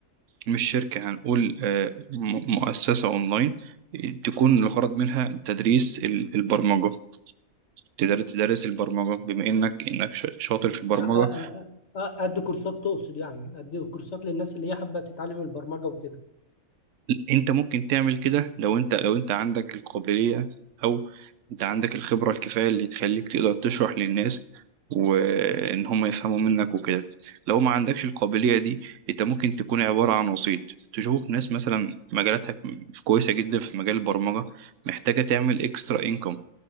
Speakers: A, on the right; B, on the left.
A: مش شركة هنقول آه، م- مؤسسة اونلاين تكون الغرض منها تدريس ال- البرمجة تقدر تدرس البرمجة بما انك انك ش- شاطر في البرمجة
B: أ- أ- أ- أ- ادي كورسات تقصد يعني ادي كورسات للناس اللي هي حابة تتعلم البرمجة وكده
A: انت ممكن تعمل كده لو انت لو انت عندك القابلية او انت عندك الخبرة الكفاية اللي تخليك تقدر تشرح للناس وان هم يفهموا منك وكده لو ما عندكش القابلية دي انت ممكن تكون عبارة عن وسيط تشوف ناس مثلا مجالاتها كويسة جدا في مجال البرمجة محتاجة تعمل اكسترا انكم